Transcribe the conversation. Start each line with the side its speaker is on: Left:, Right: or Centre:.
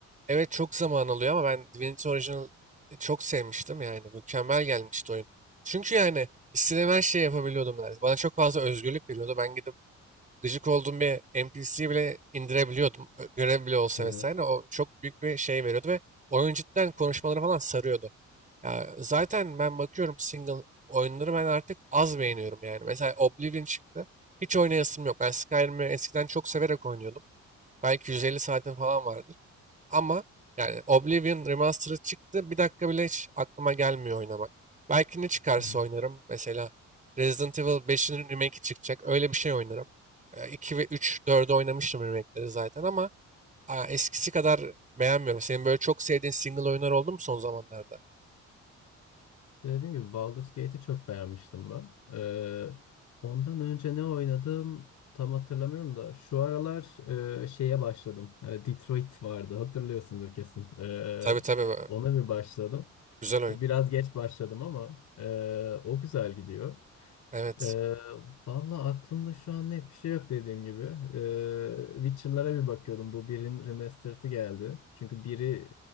Right: evet çok zaman alıyor ama ben Divinity Original e, çok sevmiştim yani mükemmel gelmişti oyun. Çünkü yani istediğim her şeyi yapabiliyordum neredeyse. Bana çok fazla özgürlük veriyordu. Ben gidip gıcık olduğum bir NPC'yi bile indirebiliyordum. Ö- Görev bile olsa
Left: Hı hı.
Right: vesaire. O çok büyük bir şey veriyordu ve oyun cidden konuşmaları falan sarıyordu. Ya zaten ben bakıyorum single oyunları ben artık az beğeniyorum yani. Mesela Oblivion çıktı. Hiç oynayasım yok. Ben Skyrim'i eskiden çok severek oynuyordum. Belki 150 saatin falan vardır. Ama yani Oblivion Remastered çıktı. Bir dakika bile hiç aklıma gelmiyor oynamak. Belki ne çıkarsa
Left: Hı hı.
Right: oynarım. Mesela Resident Evil 5'in remake'i çıkacak. Öyle bir şey oynarım. E, 2 ve 3 dördü oynamıştım remake'leri zaten ama a, eskisi kadar beğenmiyorum. Senin böyle çok sevdiğin single oyunlar oldu mu son zamanlarda?
Left: İşte dediğim gibi Baldur's Gate'i çok beğenmiştim ben. Ee, ondan önce ne oynadım tam hatırlamıyorum da şu aralar e, şeye başladım. E, Detroit vardı hatırlıyorsundur kesin. Ee,
Right: Tabii tabii. e,
Left: ona bir başladım.
Right: Güzel oyun.
Left: E, Biraz geç başladım ama e, o güzel gidiyor.
Right: Evet.
Left: Ee, valla aklımda şu an net bir şey yok dediğim gibi. Ee, Witcher'lara bir bakıyordum. Bu birin remastered'ı geldi. Çünkü biri